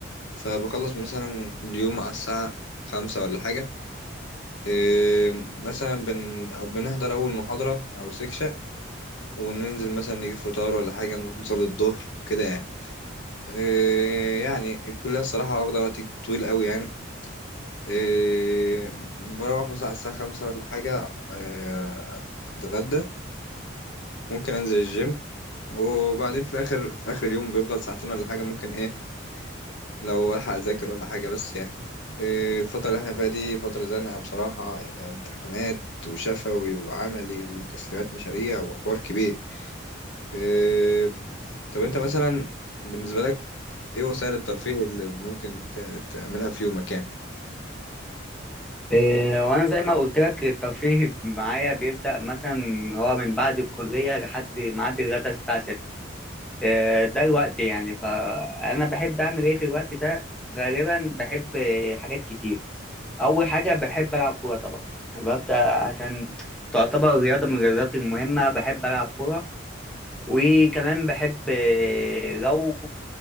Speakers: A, on the left (about 70°); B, in the centre.
A: فبخلص مثلا اليوم على الساعة خمسة ولا حاجة إيه مثلا بن... أو بنحضر أول محاضرة أو سكشن وننزل مثلا نجيب فطار ولا حاجة نروح نصلي الظهر كده يعني إيه يعني الكلية الصراحة واخدة وقت طويل قوي يعني إيه بروح مثلا على الساعة خمسة ولا حاجة إيه أتغدى ممكن أنزل الجيم وبعدين في الآخر في آخر اليوم بيفضل ساعتين ولا حاجة ممكن إيه لو ألحق أذاكر ولا حاجة بس يعني إيه الفترة اللي إحنا فيها دي فترة زنقة بصراحة يعني امتحانات وشفوي وعملي وتسليمات مشاريع وحوار كبير إيه... طب انت مثلا بالنسبة لك ايه وسائل الترفيه اللي ممكن ت... تعملها في يومك يعني
B: آه، وانا زي ما قلت لك الترفيه معايا بيبدا مثلا هو من بعد الكليه لحد ميعاد الغدا الساعه 6 آه، ده الوقت يعني فانا بحب اعمل ايه في الوقت ده غالبا بحب آه، حاجات كتير اول حاجه بحب العب كوره طبعا ببدا عشان تعتبر رياضه من الرياضات المهمه بحب العب كوره وكمان بحب آه، لو